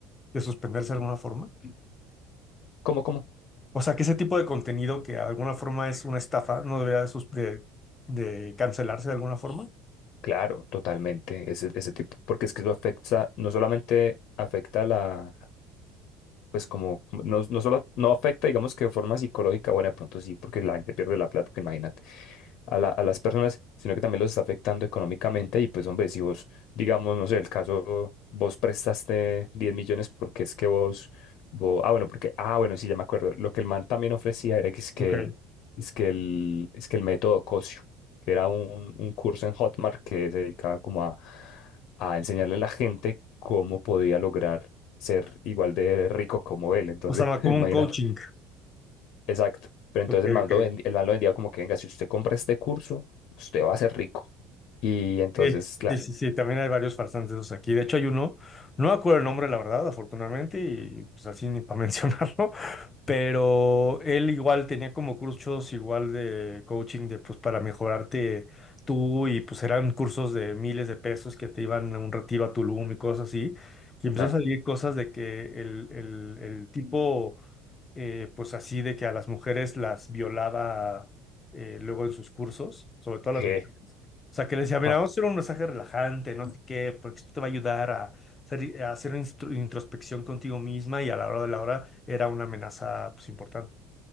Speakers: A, on the left; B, on the left.
A: de suspenderse de alguna forma.
B: ¿Cómo, cómo?
A: O sea, que ese tipo de contenido que de alguna forma es una estafa, no debería de, sus- de- de cancelarse de alguna forma.
B: Claro, totalmente. Ese, ese tipo, porque es que eso afecta, no solamente afecta a la, pues como no, no solo no afecta, digamos que de forma psicológica, bueno, de pronto sí, porque la gente pierde la plata, imagínate, a la- a las personas, sino que también los está afectando económicamente y pues hombre, si vos, digamos, no sé, el caso, vos prestaste 10 millones porque es que vos, vos, ah, bueno, porque, ah, bueno, sí, ya me acuerdo, lo que el man también ofrecía era que es que,
A: Ok.
B: es que el, es que el método Cosio, que era un, un curso en Hotmart que se dedicaba como a, a enseñarle a la gente cómo podía lograr ser igual de rico como él. Entonces,
A: O sea,
B: <laughs>
A: como
B: imagínate.
A: un coaching.
B: Exacto. Pero entonces
A: Ok, ok.
B: el man lo, vend- el man lo vendía como que, venga, si usted compra este curso, usted va a ser rico. Y entonces,
A: Sí,
B: claro,
A: sí, sí, sí, también hay varios farsantes de esos aquí. De hecho, hay uno, no me acuerdo el nombre, la verdad, afortunadamente, y pues así ni para <laughs> mencionarlo, pero él igual tenía como cursos igual de coaching de pues para mejorarte tú y pues eran cursos de miles de pesos que te iban a un retiro a Tulum y cosas así. Y empezó
B: ah,
A: a salir cosas de que el, el, el tipo eh, pues así de que a las mujeres las violaba eh, luego en sus cursos, sobre todo
B: je,
A: a las mujeres. O sea, que les decía, mira,
B: ja,
A: vamos a hacer un mensaje relajante, no sé qué, porque esto te va a ayudar a hacer, a hacer instru- introspección contigo misma y a la hora de la hora era una amenaza pues importante.